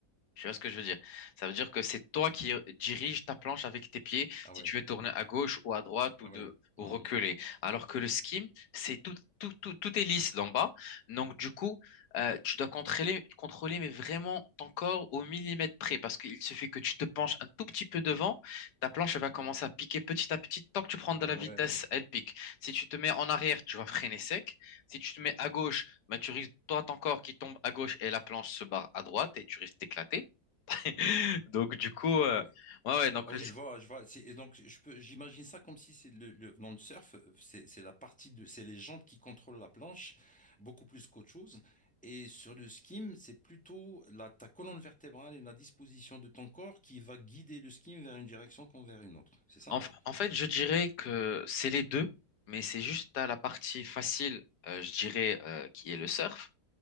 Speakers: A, on the left (about 70°); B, in the centre.
A: Tu vois ce que je veux dire? Ça veut dire que c'est toi qui dirige ta planche avec tes pieds,
B: Ah
A: si
B: ouais,
A: tu veux tourner à gauche ou à droite ou,
B: ah
A: de,
B: ouais.
A: ou
B: Hmm.
A: reculer. Alors que le skim, c'est tout, tout, tout, tout est lisse d'en bas. Donc, du coup, euh, tu dois contrôler, contrôler, mais vraiment ton corps au millimètre près. Parce qu'il suffit que tu te penches un tout petit peu devant, ta planche elle va commencer à piquer petit à petit. Tant que tu prends de
B: Ah
A: la vitesse,
B: ouais,
A: elle pique. Si tu te mets en arrière, tu vas freiner sec. Si tu te mets à gauche, bah, tu risques, toi, ton corps qui tombe à gauche et la planche se barre à droite et tu risques d'éclater. <laughs> Donc, du coup,
B: ah
A: euh,
B: ouais.
A: ouais, ouais, donc
B: Ah
A: le-
B: oui, je vois, je vois. C'est- et donc, je peux, j'imagine ça comme si c'est le, le- dans le surf, c'est c'est la partie de, c'est les jambes qui contrôlent la planche, beaucoup plus qu'autre chose. Et sur le skim, c'est plutôt la, ta colonne vertébrale et la disposition de ton corps qui va guider le skim vers une direction comme vers une autre. C'est ça?
A: en, en fait, je dirais que c'est les deux, mais c'est juste à la partie facile, euh, je dirais, euh, qui est le surf,